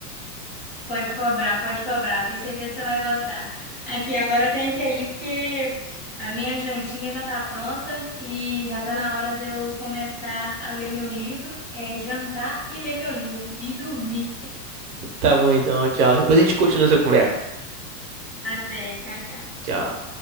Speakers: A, on the left; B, on the right.
A: Pode cobrar, pode cobrar. Tenho certeza que você vai gostar. Aqui, agora eu tenho que ir ali porque a minha jantinha já está pronta e já está na hora de eu começar a ler meu livro, é jantar e ler meu livro e dormir.
B: Tá bom, então, tchau. Depois a gente continua essa conversa.
A: Até, tchau, tchau.
B: Tchau.